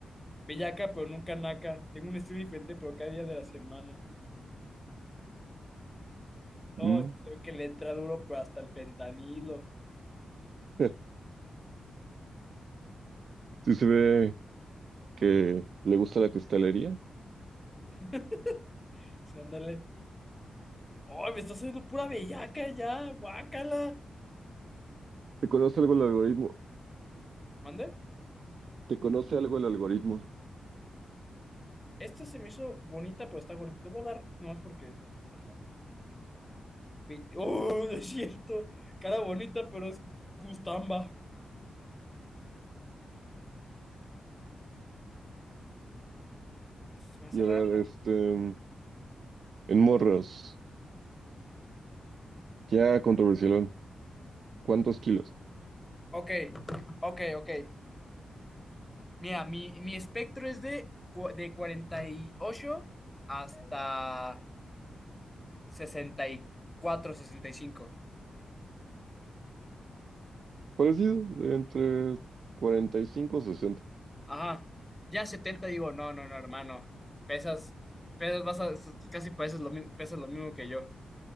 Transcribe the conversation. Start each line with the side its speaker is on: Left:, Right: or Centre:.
Left: Bellaca, pero nunca naca. Tengo un estilo diferente, pero cada día de la semana. Oh,
Right: Mm.
Left: esto se ve que le entra duro, pero hasta el fentanilo.
Right: <laughs> Sí se ve que le gusta la cristalería.
Left: <laughs> Sí, Ándale. ¡Ay, me está saliendo pura bellaca ya! ¡Guácala!
Right: ¿Te conoce algo el algoritmo?
Left: ¿Mande?
Right: ¿Te conoce algo el algoritmo?
Left: Esta se me hizo bonita, pero está bonita. Le voy a dar nomás porque. Ajá. 20 ¡Oh, no es cierto! Cara bonita, pero es gustamba. Se me hace
Right: Y
Left: raro.
Right: a ver, este... En morros. Ya controversialón. ¿Cuántos kilos?
Left: Ok, ok, ok. Mira, mi, mi espectro es de, cu- de 48 hasta sesenta sesenta y cuatro sesenta y cinco
Right: Parecido. de entre 45 o 60.
Left: Ajá. Ya setenta digo, no, no, no, hermano. Pesas, pesas, vas a, casi pareces lo, mi- pesas lo mismo que yo.